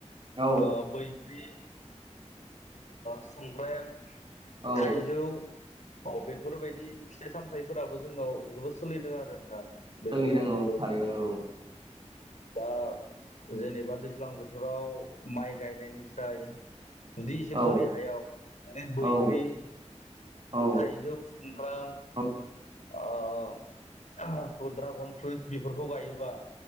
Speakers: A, on the right; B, on the left.
A: औ
B: आ बैग्रि सुमफ्रेम
A: औ
B: थाइजौ औ बेफोरबायदि फिथाइ सामथाइफोराबो जोंनाव जोबोद सोलिदों आरो नोंथां। बे
A: सोलिदों
B: समाव
A: औ थारैनो औ।
B: दा जेनेबा दैज्लां बोथोराव माइ गायनायनिसाय बिदि एसे
A: औ
B: बोरि हायाव बैग्रि
A: औ औ
B: थाइजौ सुमफ्राम
A: औ
B: अ दड्रागन फ्रुइट्स बेफोरखौ गायोबा